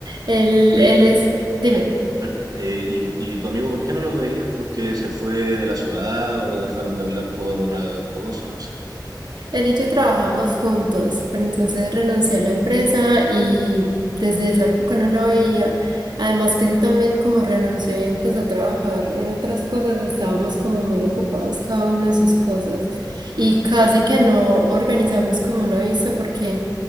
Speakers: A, on the right (about 70°); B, on the right (about 50°).
A: él,
B: Oye,
A: él
B: Tatiana.
A: es, dime.
B: Pero, eh, y, y tu amigo por qué no lo veías? ¿Porque se fue de la ciudad o dejaron de hablar por otra cosa? No sé.
A: Él y yo trabajamos juntos, pero entonces renuncié a la empresa y desde esa época no lo veía. Además que él también como renunció y empezó a trabajar en otras cosas, estábamos como muy ocupados cada uno en sus cosas y
B: Mm,
A: casi
B: claro,
A: que no organizamos como una vista porque